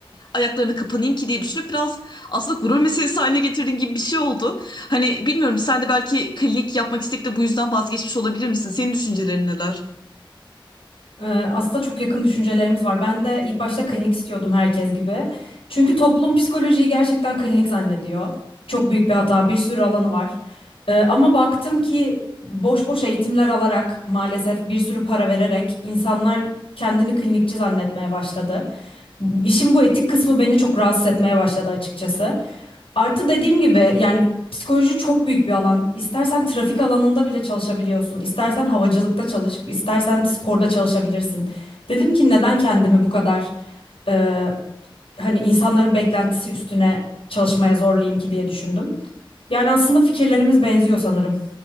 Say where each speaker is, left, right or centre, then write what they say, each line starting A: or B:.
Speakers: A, on the left (about 55°); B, on the left (about 80°).
A: ayaklarını kapanayım ki diye düşünüp biraz aslında gurur meselesi haline getirdiğim gibi bir şey oldu. Hani bilmiyorum sen de belki klinik yapmak isteyip de bu yüzden vazgeçmiş olabilir misin? Senin düşüncelerin neler?
B: Ee, Aslında çok yakın düşüncelerimiz var. Ben de ilk başta klinik istiyordum herkes gibi. Çünkü toplum psikolojiyi gerçekten klinik zannediyor. Çok büyük bir hata, bir sürü alanı var. Ee, ama baktım ki boş boş eğitimler alarak maalesef bir sürü para vererek insanlar kendini klinikçi zannetmeye başladı. İşin bu etik kısmı beni çok rahatsız etmeye başladı açıkçası. Artı dediğim gibi yani psikoloji çok büyük bir alan. İstersen trafik alanında bile çalışabiliyorsun. İstersen havacılıkta çalışıp, istersen sporda çalışabilirsin. Dedim ki neden kendimi bu kadar e, hani insanların beklentisi üstüne çalışmaya zorlayayım ki diye düşündüm. Yani aslında fikirlerimiz benziyor sanırım.